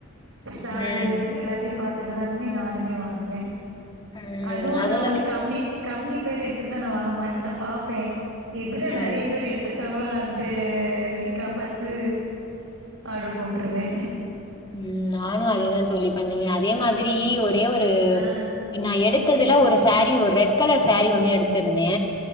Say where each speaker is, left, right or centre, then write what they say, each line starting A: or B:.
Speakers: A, on the right; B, on the left.
A: ஸ்டாரு
B: ம்
A: எல்லாத்தையும் பாத்துட்டுதானுமே நானுமே வாங்குவே
B: ம்
A: அதுவு
B: அதுல
A: நா வந்து கம்மி கம்மி பேர் எடுத்துதிருந்த நா வாங்க மாட்டே நா பாப்பே பிர
B: ம்
A: நெறைய பேர் எடுத்துர் காங்ளான்ட்டு லிங்காபாத்து ஆர்ட்ரு போட்ருவே
B: ம் நானு அதேதாந் தோழி பண்ணுவே அதே மாதிரி ஒரே ஒரு
A: ஆ
B: நா எடுத்ததுல ஒரு சாரி ஒரு ரெட் கலர் சாரி ஒன்னு எடுத்திருந்தே